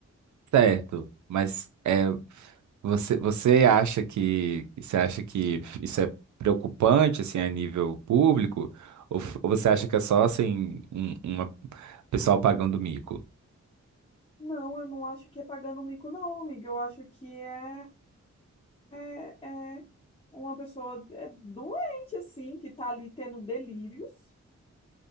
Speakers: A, on the right; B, on the left.
A: Certo, mas é, você, você acha que você acha que isso é preocupante assim a nível público ou, f- ou você acha que é só assim um, uma pessoal pagando mico?
B: Não, eu não acho que é pagando mico, não, amiga. Eu acho que é, é, é uma pessoa é, doente, assim, que tá ali tendo delírios.